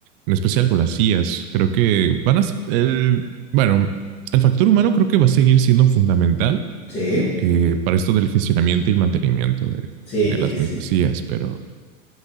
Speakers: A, on the right; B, on the left.
A: en especial con las IAs. Creo que van a... El, bueno, el factor humano creo que va a seguir siendo fundamental
B: sí,
A: eh, para esto del gestionamiento y el mantenimiento de,
B: sí,
A: de las
B: sí, sí.
A: mismas IAs, pero,